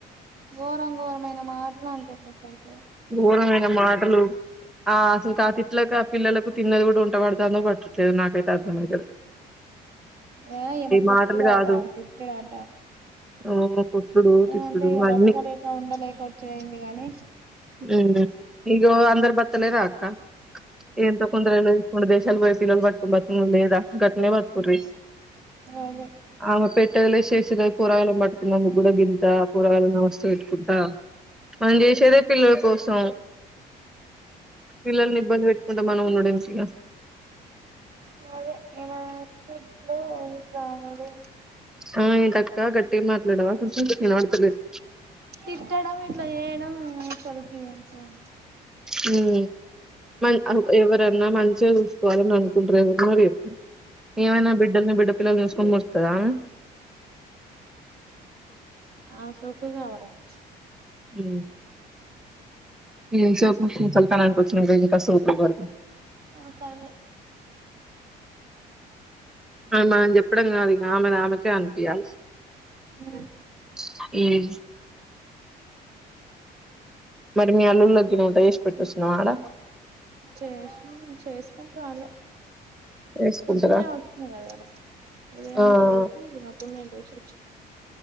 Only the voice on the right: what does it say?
ఘోరం ఘోరమైన మాటలు అంటుంది కానీ
ఆ ఈమ కొట్టుడాట,
తిట్టుడాట
అంటే ఇగ
బతకలేక ఉండలేక వచ్చుడు అయిందికానీ
అదే
సరే ఎమార్కిడ్లో ఇసారి
తిట్టడం ఇట్లా చేేయడం అసలు ఏంటి <inaudible>
ఆ సోకు కావలామెకి
ఆ కర్రే
అ
చేసి చేసుకుంటరు ఆళ్లే
పొద్దున్నే వచ్చిన గదరా ఉదయాన్నే
లేశి మబ్బుల్నే లేచి వ